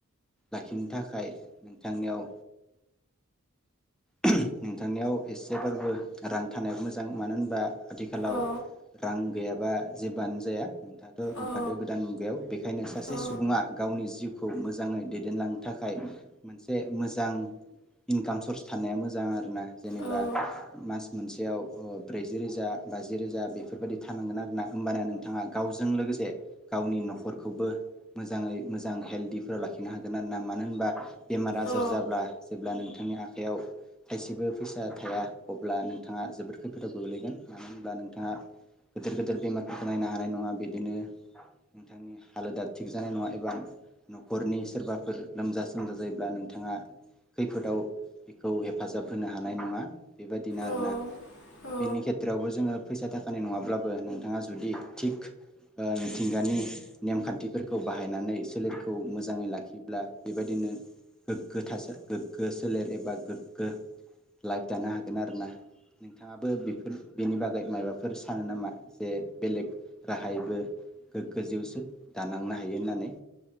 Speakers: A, in the centre; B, on the left.
A: लाखिनो थाखाय नोंथांनियाव नोंथांनियाव एसे बारबो रां थानाया मोजां मानो होनबा आथिखालाव
B: औ
A: रां गैयाबा जेबोआनो जाया नोंथाङाथ नुंखादो
B: औ
A: गोदान मुगायाव बेखायनो सासे
B: औ
A: सुबुङा गावनि जिउखौ मोजां जाङै दैदेनलांनो थाखाय नसे मोजां इनकाम सर्स थानाया मोजां आरोना जेनेबा
B: औ
A: मास मोनसेयाव ब्रैजि रोजा बाजि रोजा बेफोरबादि थानांगोन आरोना होमबाना नोंथाङा गावजों लोगोसे गावनि नखरखौबो मोजाङै मोजां हेल्दिफोराव लाखिनो हागोन आरो ना मानो होनबा बेमार आजार
B: औ
A: जाब्ला जेब्ला नोंथांनि आख आखायाव थायसेबो फैसा थाया अब्ला नोंथाङा जोबोद खैफोदाव गोग्लैगोन मानो होनब्ला नोंथाङा गोदोर गोदोर बेमार नायनो हानाय नङा बिदिनो नोंथांनि हालोदा थिग जानाय नङा एबा नखरनि सोरबाफोर लोमजा सोमजा जायो अब्ला नोंथाङा खैफोदाव बेखौ हेफाजाब होनो हानाय नङा बेबायदिनो आरोना
B: औ औ
A: बिनि खेथ्रआवबो जोङो फैसा थाखानाय नङाब्लाबो नोंथाङा जुदि थिग ओ मिथिंगानि नेमखान्थिफोरखौ बाहायनानै सोलेरखौ मोजाङै लाखिब्ला बेबायदिनो गोग्गो थास गोग्गो सोलेर एबा गोग्गो लाइफ दानो हागोन आरोना नोंथाङाबो बेफोर बेनि बागै मायबाफोर सानो नामा जे बेलेग राहायैबो गोग्गो जिउसो दानांनो हायो होननानै